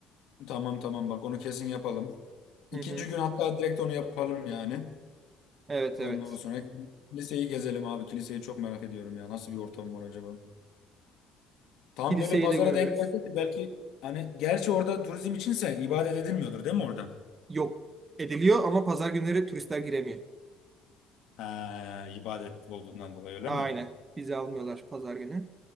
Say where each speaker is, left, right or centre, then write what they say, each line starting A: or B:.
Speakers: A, on the left (about 65°); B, on the right (about 20°).
A: Tamam tamam bak onu kesin yapalım. İkinci
B: Hı hı.
A: gün hatta direkt onu yapalım yani.
B: Evet
A: Ondan
B: evet.
A: sonra kiliseyi gezelim abi. Kiliseyi çok merak ediyorum ya. Nasıl bir ortam var acaba? Tam
B: Kiliseyi
A: böyle pazara
B: de görürüz.
A: denk geldi ki belki hani gerçi orada turizm içinse ibadet edilmiyordur değil mi orada?
B: Yok ediliyor ama pazar günleri turistler giremiyor.
A: Ha, ibadet olduğundan dolayı öyle
B: Aynen.
A: mi?
B: Vize almıyorlar pazar günü.